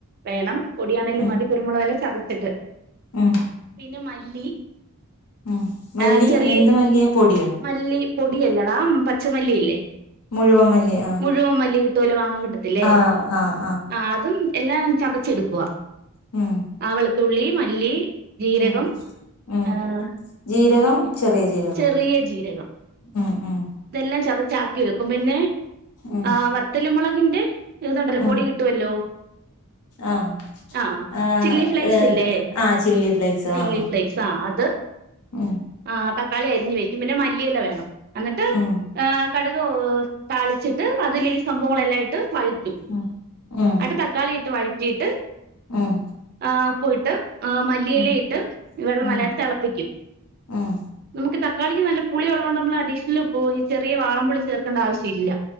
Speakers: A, on the right; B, on the left.
A: വേണം പൊടിയാണേലും
B: ഉം
A: മതി കുരുമുളക് എല്ലാം ചതച്ചിട്ട്
B: ഉം
A: പിന്നെ മല്ലി
B: ഉം മല്ലി
A: ആഹ് ചെറിയ
B: എന്ത് മല്ലിയാ പൊടിയോ?
A: മല്ലി പൊടിയല്ലടാ പച്ചമല്ലിയില്ലേ?
B: മുഴുവൻ മല്ലി ആഹ്
A: മുഴുവൻ മല്ലി കിട്ടുവല്ലോ വാങ്ങാൻ കിട്ടത്തില്ലേ?
B: ആഹ് ആഹ്
A: ആഹ് അതും എല്ലാം ചതച്ചെടുക്കുവ
B: ഉം
A: ആഹ് വെളത്തുള്ളി, മല്ലി ജീരകം,
B: ഉം ഉം
A: ആഹ്
B: ജീരകം
A: പിന്നെ
B: ചെറിയ ജീരകം
A: ചെറിയ ജീരകം
B: ഉം ഉം
A: ഇതെല്ലാം ചതച്ച് ആക്കി വെക്കും പിന്നെ
B: ഉം
A: ആ വറ്റല്മുളകിന്റെ ഇത് ഒണ്ടല്ലോ
B: ഉം
A: പൊടി കിട്ടുവല്ലോ
B: ആഹ്
A: ആഹ്
B: ആഹ്
A: ചില്ലി ഫ്ലെക്സില്ലേ
B: ആഹ് ചില്ലി ഫ്ലേക്സ്
A: ചില്ലി
B: ആഹ്
A: ഫ്ലെക്സ് ആഹ് അത്
B: ഉം
A: ആഹ് തക്കാളി അരിഞ്ഞ് വെക്കും പിന്നെ മല്ലിയില വേണം എന്നിട്ട്
B: ഉം
A: ആഹ് കടക് താളിച്ചിട്ട് അതിൽ ഈ സംഭവങ്ങളെല്ലാം ഇട്ട് വഴറ്റി
B: ഉം ഉം
A: അന്നിട്ട് തക്കാളി ഇട്ട് വഴറ്റിയിട്ട്
B: ഉം
A: ആഹ് ഉപ്പു ഇട്ട് മല്ലിയിലയിട്ട്
B: ഉം
A: വെള്ളം
B: ഉം
A: നല്ലായിട്ട് തെളപ്പിക്കും
B: ഉം
A: നമുക്ക് തക്കാളിക്ക് നല്ല പുളി ഉള്ളോണ്ട് നമ്മള് അഡീഷണൽ ചെറിയ വാളംപുളി ചേർക്കണ്ട ആവശ്യം ഇല്ല